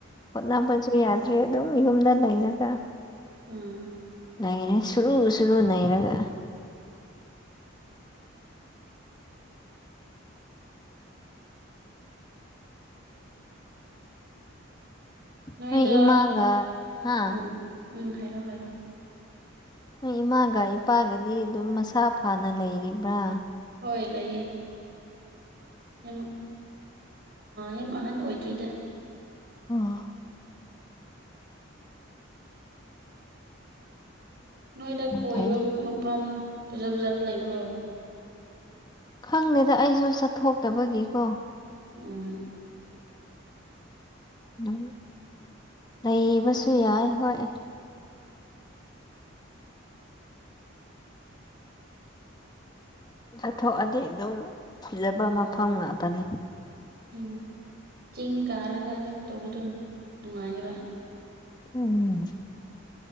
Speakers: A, on the left (about 20°); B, on the right (about 55°).
A: ꯍꯣꯠꯅꯕ ꯁꯨ ꯌꯥꯗ꯭ꯔꯦ ꯑꯗꯨꯝ ꯌꯨꯝꯗ ꯂꯩꯔꯒ
B: ꯎꯝ
A: ꯂꯩꯔꯦ ꯁꯨꯔꯨ ꯁꯨꯔꯨ ꯅꯩꯔꯒ
B: ꯅꯣꯏꯗ
A: ꯅꯣꯏ ꯏꯃꯥꯒ ꯍꯥꯥ
B: ꯎꯝ ꯎꯝ ꯍꯥꯏꯔꯣ ꯍꯥꯏꯔꯣ
A: ꯅꯣꯏ ꯏꯃꯥꯒ ꯏꯄꯥꯒꯗꯤ ꯑꯗꯨꯝ ꯃꯁꯥ ꯐꯅ ꯂꯩꯔꯤꯕ꯭ꯔ
B: ꯍꯣꯏ ꯂꯩꯌꯦ ꯌꯥꯝ ꯌꯥꯝ ꯑꯍꯟ ꯑꯣꯏꯗ꯭ꯔꯤꯗ
A: ꯑꯣ
B: ꯅꯣꯏꯗ ꯀꯣꯏꯕ
A: ꯐꯩ
B: ꯃꯐꯝ ꯐꯖ ꯐꯖꯕ ꯂꯩꯕ꯭ꯔꯣ
A: ꯈꯪꯗꯦꯗ ꯑꯩꯁꯨ ꯆꯠꯊꯣꯛꯇꯕꯒꯤꯀꯣ
B: ꯎꯝ
A: ꯎꯝ ꯂꯩꯕꯁꯨ ꯌꯥꯏ ꯍꯣꯏ ꯆꯠꯊꯣꯛꯑꯗꯤ ꯑꯗꯨꯝ ꯐꯖꯕ ꯃꯐꯝ ꯉꯥꯛꯇꯅꯤ
B: ꯎꯝ ꯆꯤꯡ ꯀꯥꯔꯒ ꯑꯗꯨꯝ ꯇꯧꯕꯗꯣ ꯅꯨꯡꯉꯥꯏꯌꯦꯕ
A: ꯎꯝ